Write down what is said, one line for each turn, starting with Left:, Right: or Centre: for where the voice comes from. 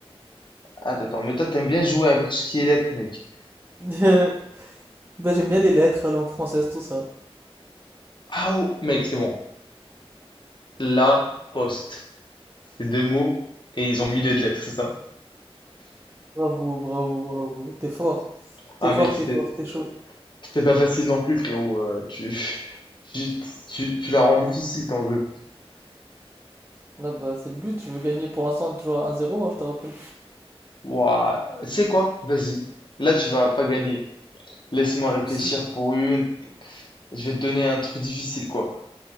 Left: Attends, attends. Mais toi, t'aimes bien jouer avec tout ce qui est lettres, mec.
Right: <laughs> Bah, j'aime bien les lettres, la langue française, tout ça.
Left: Ah, oh, mec, c'est bon. La poste. C'est deux mots et ils ont mis les lettres, c'est ça?
Right: Bravo, bravo, bravo. T'es fort.
Left: Ah
Right: T'es
Left: mec,
Right: fort,
Left: c'était
Right: t'es fort, t'es chaud.
Left: c'était pas facile non plus, frérot. Euh, tu, <laughs> tu, tu, tu la rends difficile ton jeu.
Right: Là, bah, c'est le but. Je veux gagner. Pour l'instant, on est toujours à un zéro hein, je te rappelle.
Left: Ouah, tu sais quoi? Vas-y. Là, tu vas pas gagner. Laisse-moi réfléchir
Right: <laughs>
Left: pour une. Je vais te donner un truc difficile, quoi.